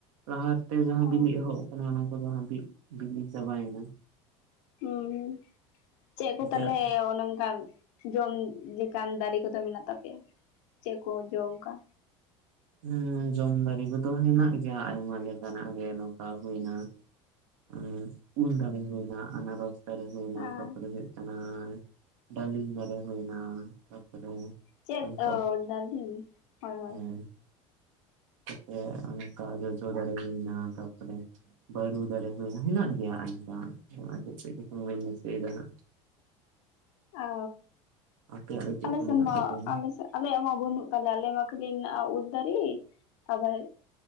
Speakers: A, on the right (about 75°); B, on the left (about 70°).
A: ᱞᱟᱦᱟᱛᱮ ᱡᱟᱦᱟᱸ
B: ᱚ
A: ᱵᱤᱞᱤ ᱮᱦᱚᱵ ᱠᱟᱱᱟ ᱚᱱᱟ ᱠᱚᱫᱚ ᱦᱟᱸᱜ ᱵᱤ ᱵᱤᱞᱤ ᱪᱟᱵᱟᱭᱮᱱᱟ᱾
B: ᱦᱩᱸ ᱪᱮᱫ
A: ᱱᱟᱥᱮᱭᱟᱜ
B: ᱠᱚ ᱛᱟᱞᱦᱮ ᱚᱱᱮ ᱚᱱᱠᱟᱱ ᱡᱚᱢ ᱞᱮᱠᱟᱱ ᱫᱟᱨᱮ ᱠᱚᱫᱚ ᱢᱮᱱᱟᱜ ᱛᱟᱯᱮᱭᱟ, ᱪᱮᱫ ᱠᱚ ᱡᱚ ᱚᱱᱠᱟ?
A: ᱦᱩᱸ ᱡᱚᱢ ᱫᱟᱨᱮ ᱠᱚᱫᱚ ᱦᱮᱱᱟᱜ ᱜᱮᱭᱟ ᱟᱭᱢᱟ ᱞᱮᱠᱟᱱᱟᱜ ᱜᱮ ᱱᱚᱝᱠᱟ ᱦᱩᱭᱱᱟ ᱩᱸ ᱩᱞ ᱫᱟᱨᱮ ᱦᱩᱭᱮᱱᱟ ᱟᱱᱟᱨᱚᱥ ᱫᱟᱨᱮ ᱦᱩᱭᱱᱟ
B: ᱟᱨ
A: ᱛᱟᱯᱚᱨᱮ ᱦᱩᱭᱩᱜ ᱠᱟᱱᱟ ᱰᱟᱹᱞᱤᱢ ᱫᱟᱨᱮ ᱦᱩᱭᱱᱟ ᱛᱟᱯᱚᱨᱮ
B: ᱪᱮᱫ
A: ᱚᱱᱠᱟ
B: ᱚ ᱰᱟᱞᱤᱢ ᱦᱳᱭ ᱦᱳᱭ᱾
A: ᱦᱮᱸ ᱥᱮ ᱚᱱᱠᱟ ᱡᱚᱡᱚ ᱫᱟᱨᱮ ᱦᱩᱭᱮᱱᱟ ᱛᱟᱯᱚᱨᱮ ᱵᱟᱨᱩ ᱫᱟᱨᱮ ᱦᱩᱭ ᱦᱮᱱᱟᱜ ᱜᱮᱭᱟ ᱟᱭᱢᱟ ᱟᱨ ᱪᱮᱫ ᱪᱮᱫ ᱠᱚᱪᱚᱝ ᱵᱟᱹᱧ ᱫᱤᱥᱟᱹᱭᱮᱫᱟ ᱦᱟᱸᱜ᱾
B: ᱚ,
A: ᱟᱯᱮᱭᱟᱜ ᱫᱚ ᱪᱮᱫ
B: ᱟᱞᱮ
A: ᱠᱚ
B: ᱥᱮᱱ
A: ᱢᱮᱱᱟᱜ
B: ᱢᱟ
A: ᱛᱟᱯᱮᱭᱟ
B: ᱟᱞᱮ ᱥᱮᱫ ᱟᱞᱮᱭᱟᱜ ᱢᱟ ᱵᱟᱹᱱᱩᱜ ᱛᱟᱞᱮᱭᱟ ᱟᱞᱮ ᱢᱟ ᱠᱷᱟᱹᱞᱤ ᱢᱮᱱᱟᱜᱼᱟ ᱩᱞ ᱫᱟᱨᱮ ᱟᱵᱟᱨ